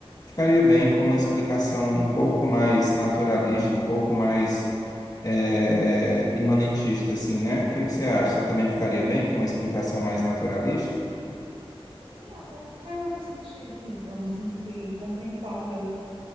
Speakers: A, on the left (about 40°); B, on the right (about 70°).
A: ficaria bem com uma explicação um pouco mais naturalista, um pouco mais é, é, imanentista, assim, né? O que que você acha? Você também ficaria bem com uma explicação mais naturalista?
B: sim, até porque eu me senti, eu me senti contemplada